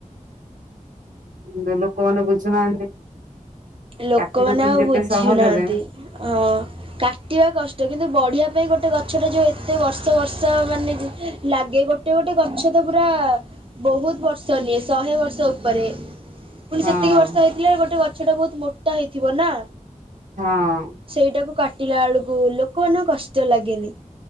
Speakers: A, on the right; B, on the right.
A: ଗୁରେ ଲୋକମାନେ ବୁଝୁନାହାନ୍ତି।
B: ଲୋକମାନେ
A: କାଟି ଦଉଛନ୍ତି
B: ଆଉ
A: ଯେତେ
B: ବୁଝିନାହାନ୍ତି।
A: ସହଜରେ
B: ହଁ କାଟିବା କଷ୍ଟ। କିନ୍ତୁ ବଢିବା ପାଇଁ ଗୋଟେ ଗଛଟା ଯୋଉ ଏତେ ବର୍ଷ ବର୍ଷ ମାନେ ଜ ଲାଗେ ଗୋ ଗୋଟେ ଗୋଟେ ଗଛ ତ ପୁରା ବହୁତ୍ ବର୍ଷ ନିଏ। ଶହେ ବର୍ଷ ଉପରେ ପୁଣି
A: ହଁ।
B: ସେତିକି ବର୍ଷ ହେଇଥିଲେ ଗୋଟେ ଗଛ ଟା ବହୁତ୍ ମୋଟା ହେଇଥିବ ନା।
A: ହଁ।
B: ସେଇଟାକୁ କାଟିଲା ବେଳକୁ ଲୋକମାନଙ୍କୁ କଷ୍ଟ ଲାଗେନି।